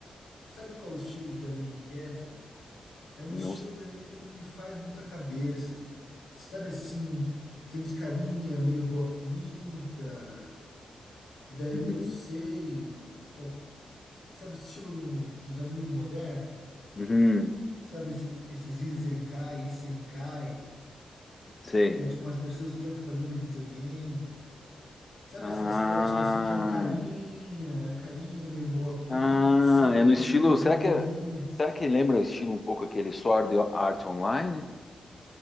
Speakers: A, on the left (about 85°); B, on the left (about 30°).
A: sabe qual o estilo de anime que é, cara? É um
B: Não.
A: estilo
B: sei.
A: de anime que não me faz muita cabeça. Sabe assim, tem uns carinha meio boa pinta, e daí
B: Uhum.
A: não sei qual- sabe esse estilo uns, uns anime moderno?
B: Uhum.
A: Sabe esses, esses Izenkai, Isenkai,
B: Sei.
A: que é tipo umas pessoas que entram pra dentro do videogame. Sabe
B: Ah.
A: essa estética assim que é um carinha, é um carinha meio boa pinta
B: Ah,
A: assim,
B: é no estilo.
A: e tem umas
B: Será
A: menininhas.
B: que, é- será que lembra o estilo um pouco aquele Sword Art Online?